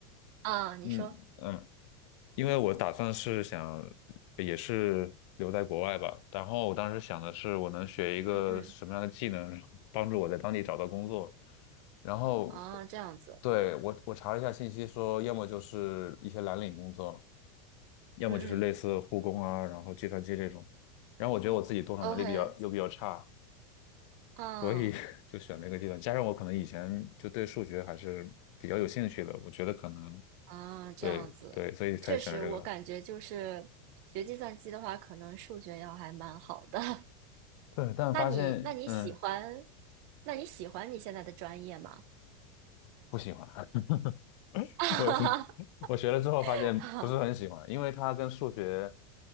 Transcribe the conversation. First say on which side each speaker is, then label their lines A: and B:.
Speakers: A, on the right; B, on the left.
A: 啊，你说，
B: 嗯嗯，因为我打算是想也是留在国外吧，然后我当时想的是我能学一个什么样的技能，
A: 嗯嗯，
B: 帮助我在当地找到工作。然后
A: 啊，这样子，
B: 对，我我查了一下信息说，要么就是一些蓝领工作，要么就是类似护工啊，
A: 嗯嗯
B: 然后计算机这种。然后我觉得我自己动手能力比较又比较差，
A: ，OK，嗯
B: 所以 <laughs> 就选了一个计算机，加上我可能以前就对数学还是比较有兴趣的，我觉得可能
A: 啊，这样子，
B: 对对，所以才选了这个。
A: 确实，我感觉就是学计算机的话，可能数学要还蛮好的。<laughs>
B: 对，但发现嗯
A: 那你那你喜欢，那你喜欢你现在的专业吗？
B: 不喜欢，<laughs>
A: <laughs>
B: 我学我学了之后发现不是很喜欢，
A: 啊
B: 因为它跟数学，